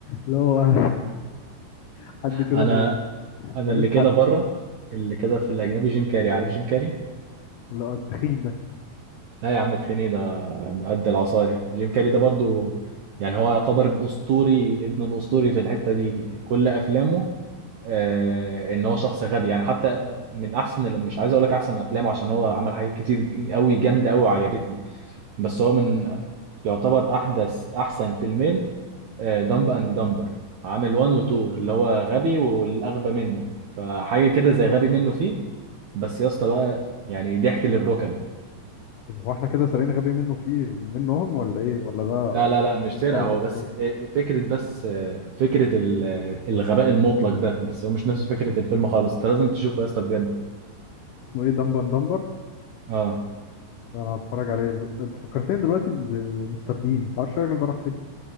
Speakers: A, on the left; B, on the right.
A: اللي هو <laughs> حد كده
B: انا
A: بي-
B: انا
A: ملوش
B: اللي كده
A: حل
B: بره اللي كده في الاجنبي جيم كاري عارف جيم كاري
A: ولا التخين ده
B: لا يا عم تخيني ده ده قد العصايه جيم كاري ده برضو يعني هو يعتبر الاسطوري ابن الاسطوري في الحته دي كل افلامه آه ان هو شخص غبي يعني حتى من احسن مش عايز اقول لك احسن افلامه عشان هو عمل حاجات كتير قوي جامده قوي وعجبتني بس هو من يعتبر احدث احسن فيلمين دمب اند دمبر عامل 1 و 2 اللي هو غبي والاغبى منه فحاجه كده زي غبي منه فيه بس يا اسطى بقى يعني ضحك للركب
A: هو احنا كده سارقين غبي منه فيه منهم ولا ايه ولا ده
B: لا لا لا مش
A: مفترض
B: سرقه هو
A: افكار
B: بس آه، آه، فكره بس آه، فكره ال- آه، الغباء المطلق ده بس هو مش نفس فكره الفيلم خالص انت لازم تشوفه يا اسطى بجد
A: اسمه ايه دمبن دمبر
B: اه
A: ده انا هتفرج عليه ب- انت فكرتني دلوقتي بمستر بين تعرفش الراجل ده راح فين